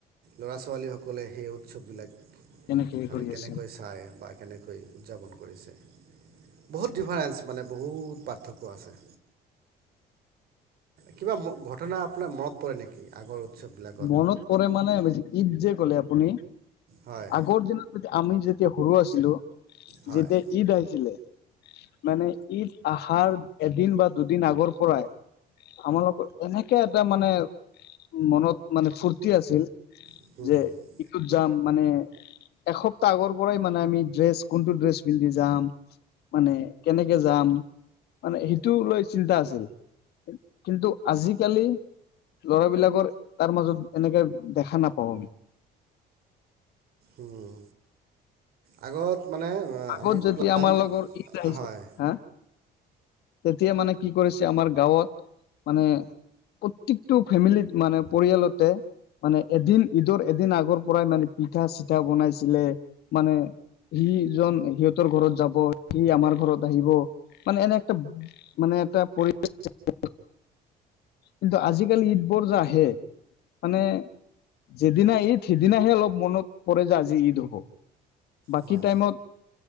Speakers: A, on the right; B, on the left.
A: ল'ৰা-ছোৱালী সকলে সেই উৎসৱ বিলাক
B: কেনেকে হেৰি
A: মানে
B: কৰি
A: কেনেকৈ
B: আছে?
A: চাই বা কেনেকৈ উদযাপন কৰিছে। বহুত ডিফাৰেন্ঞ্চ মানে বহুত পাৰ্থক্য আছে। কিবা ঘটনা আপোনাৰ মনত পৰে নেকি আগৰ উৎসৱ বিলাক?
B: মনত পৰে মানে ঈদ যে ক'লে আপুনি,
A: হয়
B: আগৰ দিনত আমি যেতিয়া সৰু আছিলো
A: হয়
B: যেতিয়া ঈদ আহিছিলে, মানে ঈদ আহাৰ এদিন বা দুদিন আগৰ পৰাই, আমালোকৰ এনেকে এটা মানে মনত মানে ফূৰ্তি আছিল
A: হয়
B: যে ইটোত যাম মানে এসপ্তাহ আগৰ পৰাই মানে আমি ড্ৰেছ কোনটো ড্ৰেছ পিন্ধি যাম। মানে কেনেকে যাম মানে সেইটো লৈ চিন্তা আছিল। কিন্তু আজিকালি ল'ৰাবিলাকৰ তাৰ মাজত এনেকে দেখা নাপাওঁ।
A: উম আগত মানে আ
B: আগত
A: আমি
B: যেতিয়া
A: প্লান্ট
B: আমাৰ
A: এ
B: লগৰ ঈদ আহিছে
A: হয়
B: হা তেতিয়া মানে কি কৰিছে আমাৰ গাঁৱত মানে প্ৰত্যিকটো ফেমিলিত মানে পৰিয়ালতে মানে এদিন ঈদৰ এদিন আগৰ পৰাই মানে পিঠা চিঠা বনাইছিলে মানে সি, ইজন সিহঁতৰ ঘৰত যাব, সি আমাৰ ঘৰত আহিব, মানে এনে তব মানে এটা পৰি <unintelligible> কিন্তু আজিকালি ঈদ বোৰ যে আহে মানে যিদিনা ঈদ সিদিনাহে অলপ মনত পৰে যে, আজি ঈদ হ'ব। বাকী
A: হয়
B: টাইমত